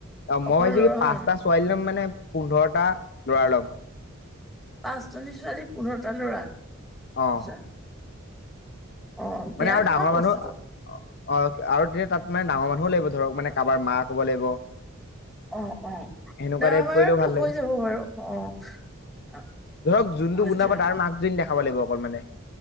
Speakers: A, on the left; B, in the centre.
A: অ মই
B: অকল
A: ভাবিছো
B: লৰা
A: কি
B: হ'ল
A: পাঁচটা ছোৱালী ল'ম মানে পোন্ধৰটা লৰা ল'ম।
B: পাঁচজনী ছোৱালী পোন্ধৰটা লৰা।
A: অ
B: <unintelligible> অ', বেয়া
A: মানে আৰু
B: নহয়
A: ডাঙৰ মানুহ
B: বস্তুটো
A: অ অ আৰু তেতিয়া তাত মানে ডাঙৰ মানুহো লাগিব ধৰক মানে কাৰোবাৰ মাক হব লাগিব।
B: অ অ
A: সেনেকুৱা
B: ডাঙৰ
A: টাইপ
B: মানহতো
A: কৰিলেও ভাল লাগিব
B: হৈ যাব বাৰু, অ।
A: ধৰক যোনটো
B: সেইটোৱে
A: গুণ্ডা হ'ব তাৰ মাকজনী দেখাব লাগিব অকল মানে।